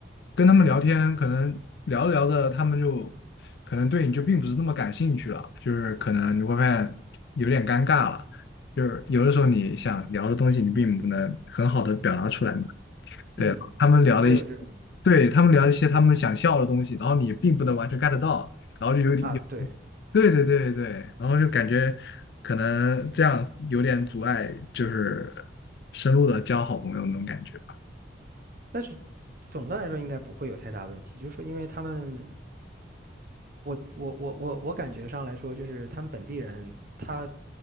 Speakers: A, on the left; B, on the right.
A: 跟他们聊天，可能聊着聊着，他们就可能对你就并不是那么感兴趣了，就是可能你会发现有点尴尬了，就是有的时候你想聊的东西，你并不能很好的表达出来嘛。对，
B: 嗯，
A: 他们聊了一些，
B: 会有这种问题
A: 对，他们聊一些他们想笑的东西，然后你并不能完全 get 到，然后就有点有
B: 啊，对，
A: 对对对对，然后就感觉可能这样有点阻碍，就是深入的交好朋友那种感觉吧。
B: 但是总的来说应该不会有太大问题，就是说因为他们我我我我我感觉上来说，就是他们本地人，他